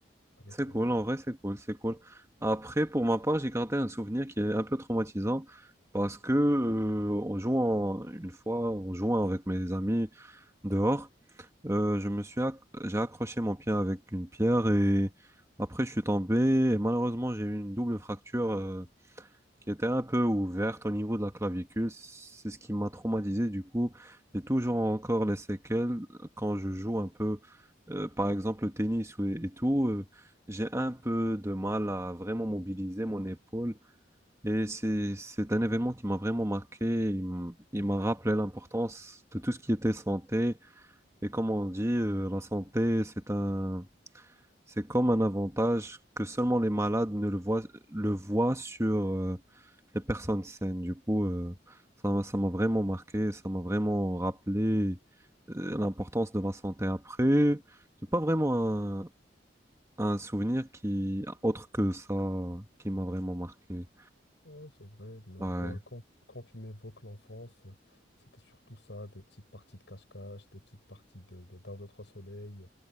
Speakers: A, on the left; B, on the right.
A: à l'école.
B: C'est cool, en vrai, c'est cool, c'est cool. Après, pour ma part, j'ai gardé un souvenir qui est un peu traumatisant parce que, euh, en jouant, une fois, en jouant avec mes amis dehors, euh, je me suis acc- j'ai accroché mon pied avec une pierre et après, je suis tombé et malheureusement, j'ai eu une double fracture, euh, qui était un peu ouverte au niveau de la clavicule. C'est ce qui m'a traumatisé. Du coup, j'ai toujours encore les séquelles quand je joue un peu, euh, par exemple, le tennis ou- et, tout. euh, j'ai un peu de mal à vraiment mobiliser mon épaule. Et c'est, c'est un événement qui m'a vraiment marqué. Il m- il m'a rappelé l'importance de tout ce qui était santé. Et comme on dit, euh, la santé, c'est un, c'est comme un avantage que seulement les malades ne le voient, le voient sur, euh, les personnes saines. Du coup, euh, ça m'a, ça m'a vraiment marqué, ça m'a vraiment rappelé euh, l'importance de la santé. Après, j'ai pas vraiment un, un souvenir qui, autre que ça, qui m'a vraiment marqué.
A: Ouais, c'est vrai. mais,
B: Ouais.
A: bah, quand, quand tu m'évoques l'enfance, euh, c'était surtout ça, des petites parties de cache-cache, des petites parties de, de- d'un deux, trois soleil,